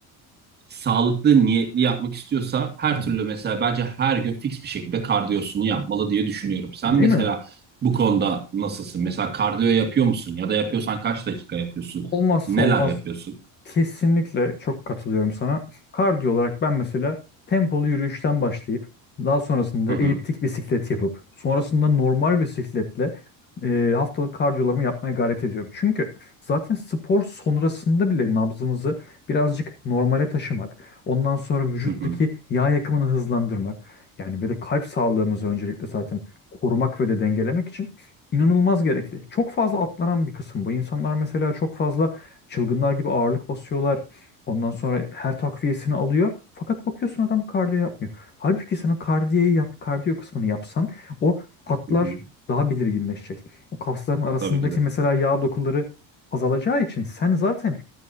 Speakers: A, on the right; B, on the left.
A: sağlıklı niyetli yapmak istiyorsa her
B: hı.
A: türlü mesela bence her gün fix bir şekilde kardiyosunu yapmalı diye düşünüyorum. Sen
B: Değil
A: mesela
B: mi?
A: bu konuda nasılsın? Mesela kardiyo yapıyor musun? Ya da yapıyorsan kaç dakika yapıyorsun?
B: Olmazsa
A: Neler
B: olmaz
A: yapıyorsun?
B: Kesinlikle çok katılıyorum sana. Kardiyo olarak ben mesela tempolu yürüyüşten başlayıp daha sonrasında
A: Hı hı,
B: eliptik bisiklet yapıp sonrasında normal bisikletle e, haftalık kardiyolarımı yapmaya gayret ediyorum. Çünkü zaten spor sonrasında bile nabzımızı birazcık normale taşımak, ondan sonra vücuttaki
A: hı hı,
B: yağ yakımını hızlandırmak yani ve de kalp sağlığımızı öncelikle zaten korumak ve de dengelemek için inanılmaz gerekli. Çok fazla atlanan bir kısım bu. İnsanlar mesela çok fazla Çılgınlar gibi ağırlık basıyorlar. Ondan sonra her takviyesini alıyor. Fakat bakıyorsun adam kardiyo yapmıyor. Halbuki sen o kardiyeyi yap, kardiyo kısmını yapsan o hatlar
A: hı hı.
B: daha belirginleşecek. O kasların arasındaki
A: Tabii ki de.
B: mesela yağ dokuları azalacağı için sen zaten